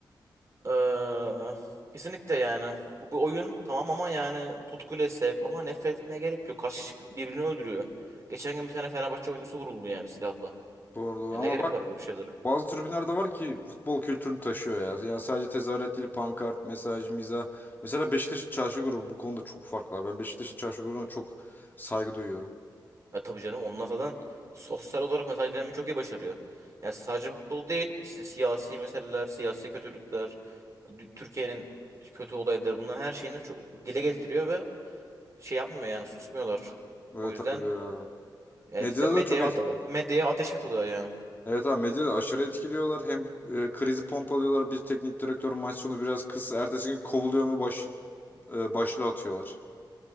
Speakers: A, on the right; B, on the left.
A: Ee, kesinlikle yani. Bu bir oyun tamam ama yani tutkuyla sev ama nefret etmeye gerek yok. Kaç kişi birbirini öldürüyor. Geçen gün bir tane Fenerbahçe oyuncusu vuruldu yani silahla.
B: Doğru doğru
A: Ya
B: ama
A: ne gerek
B: bak
A: var böyle şeylere?
B: Bazı tribünler de var ki futbol kültürünü taşıyor ya. Yani sadece tezahürat değil, pankart, mesaj, mizah. Mesela Beşiktaş'ın çarşı grubu bu konuda çok farklı. Ben Beşiktaş'ın çarşı grubuna çok saygı duyuyorum.
A: Ya tabii canım onlar zaten sosyal olarak mesaj vermeyi çok iyi başarıyor. Yani sadece futbol değil işte siyasi meseleler, siyasi kötülükler, dü- Türkiye'nin kötü olayları bunların her şeyini çok dile getiriyor ve şey yapmıyor yani susmuyorlar. O
B: Evet
A: yüzden
B: abi ya.
A: yani
B: Medyada
A: işte medyaya,
B: da çok etkililer.
A: ate- medyaya ateş ediyorlar yani.
B: Evet abi medyada aşırı etkiliyorlar. Hem e, krizi pompalıyorlar. Bir teknik direktör maç sonu biraz kız ertesi gün kovuluyor mu baş, e, başlığı atıyorlar.